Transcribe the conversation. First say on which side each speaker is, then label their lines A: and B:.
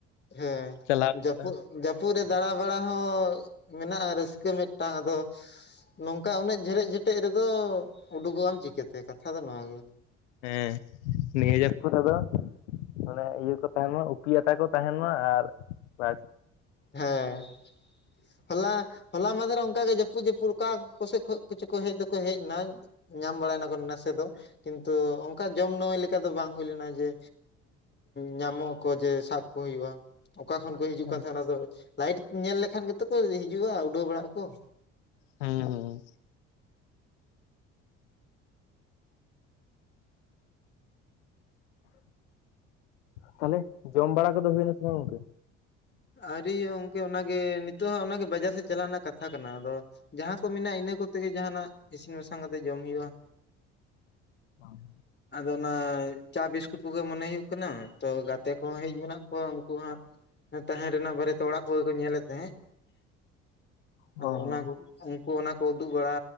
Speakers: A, on the left; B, on the left.
A: ᱦᱮᱸ
B: ᱪᱟᱞᱟᱣ
A: ᱡᱟᱹᱯᱩᱫ
B: ᱦᱩᱭᱩᱜ-ᱟ
A: ᱡᱟᱹᱯᱩᱫ ᱨᱮ ᱫᱟᱬᱟ ᱵᱟᱲᱟ ᱦᱚᱸ ᱢᱮᱱᱟᱜ-ᱟ ᱨᱟᱹᱥᱠᱟᱹ ᱢᱤᱫᱴᱟᱝ ᱟᱫᱚ ᱱᱚᱝᱠᱟ ᱩᱱᱟᱹᱜ ᱡᱷᱮᱨᱮᱫ ᱡᱮᱴᱮᱡ ᱨᱮᱫᱚ ᱩᱰᱩᱠᱚᱜ ᱟᱢ ᱪᱤᱠᱟᱹᱛᱮ ᱠᱟᱛᱷᱟ ᱫᱚ ᱱᱚᱣᱟ ᱜᱮ
B: ᱦᱮᱸ ᱱᱤᱭᱟᱹ ᱡᱟᱹᱯᱩᱫ ᱨᱮᱫᱚ ᱚᱱᱮ ᱤᱭᱟᱹ ᱠᱚ ᱛᱟᱦᱮᱸᱱ ᱢᱟ ᱩᱯᱤ ᱟᱛᱟ ᱠᱚ ᱛᱟᱦᱮᱸᱱ ᱢᱟ ᱟᱨ ᱵᱟᱼᱼ
A: ᱦᱮᱸ ᱦᱚᱞᱟ ᱦᱚᱞᱟ ᱢᱟᱫᱷᱮᱨᱮ ᱚᱱᱠᱟᱜ ᱜᱮ ᱡᱟᱹᱯᱩᱫ ᱡᱟᱹᱯᱩᱫ ᱚᱠᱟ ᱠᱚᱥᱮᱫ ᱠᱷᱚᱱ ᱠᱚᱪᱩ ᱠᱚ ᱦᱮᱡ ᱫᱚᱠᱚ ᱦᱮᱡ ᱮᱱᱟ ᱧᱟᱢ ᱵᱟᱲᱟᱭᱮᱱᱟᱠᱚ ᱱᱟᱥᱮ ᱫᱚ ᱠᱤᱱᱛᱩ ᱚᱱᱠᱟ ᱡᱚᱢ ᱱᱟᱹᱣᱟᱹᱭ ᱞᱮᱠᱟ ᱫᱚ ᱵᱟᱝ ᱦᱩᱭ ᱞᱮᱱᱟ ᱡᱮ ᱧᱟᱢᱚᱜ ᱟᱠᱚ ᱡᱮ ᱥᱟᱵ ᱠᱚ ᱦᱩᱭᱩᱜᱼᱟ ᱚᱠᱟ ᱠᱷᱚᱱ ᱠᱚ ᱦᱤᱡᱩᱜ
B: ᱦᱮᱸ
A: ᱠᱟᱱ ᱛᱟᱦᱮᱸᱱᱟ ᱚᱱᱟ ᱫᱚ ᱞᱟᱭᱤᱴ ᱧᱮᱞ ᱞᱮᱠᱷᱟᱱ ᱜᱮᱛᱚ ᱠᱚ ᱦᱤᱡᱩᱜᱼᱟ ᱩᱰᱟᱹᱣ ᱵᱟᱲᱟᱜ ᱟᱠᱚ <inaudible>
B: ᱦᱮᱸ ᱛᱟᱦᱚᱞᱮ ᱡᱚᱢ ᱵᱟᱲᱟ ᱠᱚᱫᱚ ᱦᱩᱭᱱᱟ ᱥᱮ ᱵᱟᱝ ᱜᱚᱝᱠᱮ
A: ᱟᱹᱣᱨᱤ ᱜᱚᱝᱠᱮ ᱚᱱᱟᱜᱮ ᱱᱤᱛᱚᱜ ᱦᱚ ᱚᱱᱟᱜᱮ ᱵᱟᱡᱟᱨ ᱥᱮᱫ ᱪᱟᱞᱟᱜ ᱨᱮᱱᱟᱜ ᱠᱟᱛᱷᱟ ᱠᱟᱱᱟ ᱟᱫᱚ ᱡᱟᱦᱟᱸ ᱠᱚ ᱢᱮᱱᱟᱜ-ᱟ ᱤᱱᱟᱹ ᱠᱚᱛᱮ ᱜᱮ ᱡᱟᱦᱟᱱᱟᱜ ᱤᱥᱤᱱ ᱵᱟᱥᱟᱝ ᱠᱟᱛᱮᱜ ᱡᱚᱢ ᱦᱩᱭᱩᱜ-ᱟ
B: ᱦ
A: ᱟᱫᱚ ᱚᱱᱟ ᱪᱟ ᱵᱤᱥᱠᱩᱴ ᱠᱚᱜᱮ ᱢᱚᱱᱮ ᱦᱩᱭᱩᱜ ᱠᱟᱱᱟ ᱛᱚ ᱜᱟᱛᱮ ᱠᱚᱦᱚᱸ ᱦᱮᱡ ᱢᱮᱱᱟᱜ ᱠᱚᱣᱟ ᱩᱱᱠᱩ ᱦᱟᱸᱜ ᱛᱟᱦᱮᱸ ᱨᱮᱱᱟᱜ ᱵᱟᱨᱮᱛᱮ ᱚᱲᱟᱜ ᱠᱚᱜᱮ ᱠᱚ ᱧᱮᱞᱮᱫ ᱛᱟᱦᱮᱸᱜ
B: ᱚ
A: ᱟᱫᱚ
B: ᱦᱚᱸ
A: ᱚᱱᱟ ᱠᱚ ᱩᱱᱠᱩ ᱚᱱᱟ ᱠᱚ ᱩᱫᱩᱜ ᱵᱟᱲᱟ